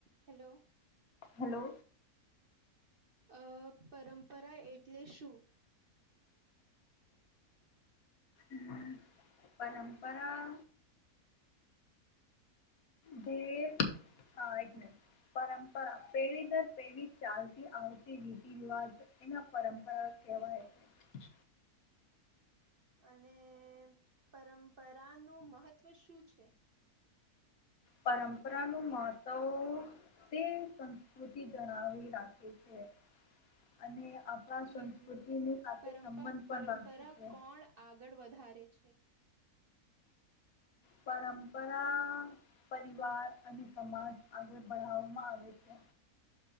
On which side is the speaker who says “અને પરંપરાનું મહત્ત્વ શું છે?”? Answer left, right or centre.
Right